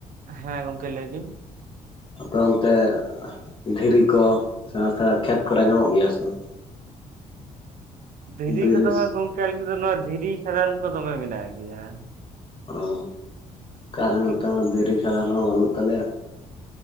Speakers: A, on the right; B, on the left.
A: ᱦᱮᱸ ᱜᱚᱝᱠᱮ ᱞᱟᱹᱭ ᱵᱤᱱ
B: ᱟᱯᱚᱨ ᱚᱱᱛᱮ ᱫᱷᱤᱨᱤ ᱠᱚ ᱥᱮᱬᱟ ᱥᱮᱬᱟ ᱠᱷᱮᱛ ᱠᱚᱨᱮ ᱧᱟᱢᱚᱜ ᱜᱮᱭᱟ ᱥᱮ ᱵᱟᱝ
A: ᱫᱷᱤᱨᱤ
B: ᱵᱤᱨᱤᱥ
A: ᱠᱚᱫᱚ ᱦᱟᱸᱜ ᱜᱚᱝᱠᱮ ᱟᱞᱮᱥᱮᱫ ᱫᱚ ᱱᱚᱣᱟ ᱫᱷᱤᱨᱤ ᱠᱷᱟᱫᱟᱱ ᱠᱚ ᱫᱚᱢᱮ ᱢᱮᱱᱟᱜ ᱜᱮᱭᱟ ᱾
B: ᱚ ᱠᱟᱞᱮ
A: ᱟᱨᱠᱤ
B: ᱦᱚᱸᱱᱚᱛᱮ ᱢᱟ ᱫᱷᱤᱨᱤ ᱠᱷᱟᱫᱟᱱ ᱦᱚᱸ ᱵᱟᱹᱱᱩᱜ ᱛᱟᱞᱮᱭᱟ